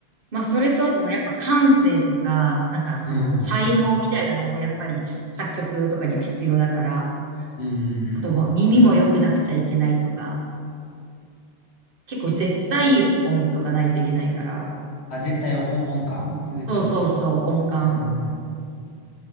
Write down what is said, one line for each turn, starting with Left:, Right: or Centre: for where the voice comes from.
Right: まあ、それとあとはやっぱ感性とか、なんかその才能みたいなのもやっぱり作曲とかには必要だから、
Left: うんうん。うん。
Right: あとまあ耳も良くなくちゃいけないとか、結構絶対音とかないといけないから、
Left: え、ちなみに、あ、絶対音、音感絶対音感
Right: そうそうそう、音感。
Left: うんう